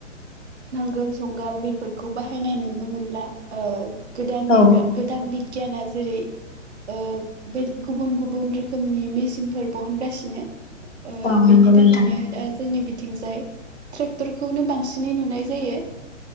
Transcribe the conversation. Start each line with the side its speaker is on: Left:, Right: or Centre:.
Right: नांगोल जुंगाल बेफोरखौ बाहायनाय नुनो मोनला ओ गोदान
Left: औ
Right: गोदान दि बिगियाना जेरै ओ गुबुन गुबुन रोखोमनि मेचिनफोर बरनगासिनो। ओ
Left: औ नंगौ
Right: बेनि थाखायनो
Left: नोंथां
Right: दा जोंनि बि थिंजाय ट्रेक्टरखौनो बांसिनै नुनो नाय जायो।